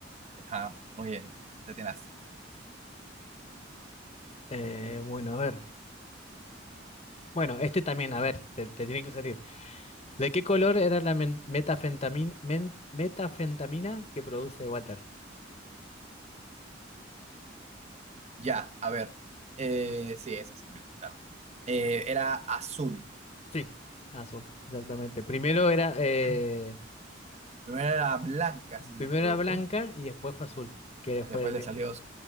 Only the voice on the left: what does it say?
Eh, bueno, a ver. Bueno, este también, a ver, te, te tienen que salir. ¿De qué color era la metafentamina, metafentamina que produce Walter?
Sí, azul, exactamente. Primero era, eh,
primero
era blanca y después fue azul, que fue
el,